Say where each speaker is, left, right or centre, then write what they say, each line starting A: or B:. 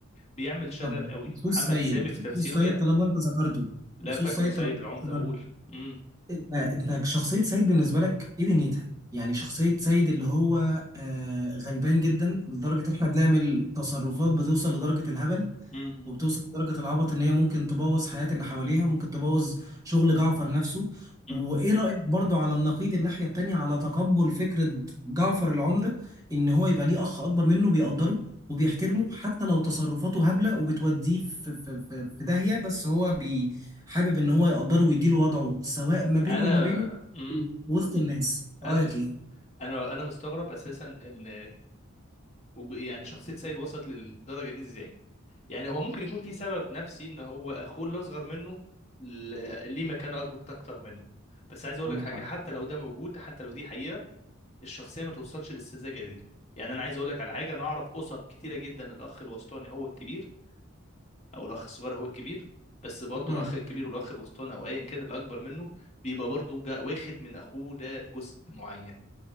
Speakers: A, on the left; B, on the right.
A: بيعمل شغب
B: طب
A: قوي
B: بخصوص
A: محمد
B: سيد
A: سامي في
B: بخصوص
A: تمثيله
B: سيد
A: بيعمل
B: طالما انت ذكرته
A: لا
B: بخصوص
A: فاكره
B: سيد
A: سيد
B: طالما
A: العمده
B: انت ذكرته
A: اقول امم
B: انت انت شخصيه سيد بالنسبه لك ايه دنيتها؟ يعني شخصيه سيد اللي هو آه غلبان جدا لدرجه ان احنا بنعمل تصرفات بتوصل لدرجه الهبل
A: مم.
B: وبتوصل لدرجة العبط ان هي ممكن تبوظ حياة اللي حواليها ممكن تبوظ شغل جعفر نفسه وايه
A: مم.
B: رأيك برضو على النقيض الناحية التانية على تقبل فكرة جعفر العمدة ان هو يبقى ليه اخ اكبر منه بيقدره وبيحترمه حتى لو تصرفاته هبلة وبتوديه في في في في داهية بس هو بي حابب ان هو يقدره ويديله وضعه سواء ما بينه
A: انا
B: وما بينه
A: امم
B: وسط
A: امم
B: الناس رأيك
A: انا مست...
B: ايه؟
A: انا انا مستغرب اساسا ان وج- يعني شخصيه سيد وصلت للدرجه دي ازاي يعني هو ممكن يكون في سبب نفسي ان هو اخوه اللي اصغر منه ل- ليه مكانه اكبر اكتر منه بس عايز اقول
B: عندك
A: لك حاجه
B: حق
A: حتى لو ده موجود حتى لو دي حقيقه الشخصيه ما توصلش للسذاجه دي يعني انا عايز اقول لك على حاجه انا اعرف اسر كتيره جدا الاخ الوسطاني هو الكبير او الاخ الصغير هو الكبير بس برضه
B: مم.
A: الاخ الكبير والاخ الوسطاني او ايا كان اللي اكبر منه بيبقى برضه جا- واخد من اخوه ده جزء معين